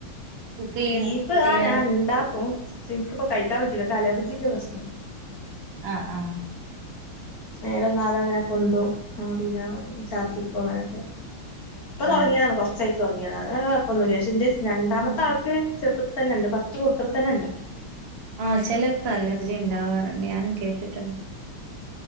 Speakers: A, on the right (about 40°); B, on the left (about 45°).
A: കുക്ക് ചെയ്യ
B: ബീഫ്
A: ചെയ്യാറ്
B: ഞാൻ ഇണ്ടാക്കും ഇനിക്ക്പ്പോ കഴിക്കാൻ പറ്റില്ല അലജിന്റെ പ്രശ്നണ്ട്
A: ആഹ് ആഹ്
B: മേലെന്നാകെ അങ്ങനെ പൊന്തതും പിന്നെ ഛർദിക്കും അങ്ങനെ ഇപ്പൊ തുടങ്ങിയതാണ്
A: ആഹ്
B: കുറച്ചായിട്ട് തുടങ്ങിയത് അത് കുഴപ്പൊന്ന പക്ഷെ രണ്ടാമത്തെ
A: ആഹ്
B: ആൾക്ക് ചെറുപ്പത്തി ന്ന ഉണ്ട് ഫസ്റ്റ് കൊടുത്തപ്പോ തന്നെ ഉണ്ട്
A: ആ ചിലർക്ക് അലർജി ഉണ്ടാവാറുണ്ട് ഞാനും കേട്ടിട്ടുണ്ട്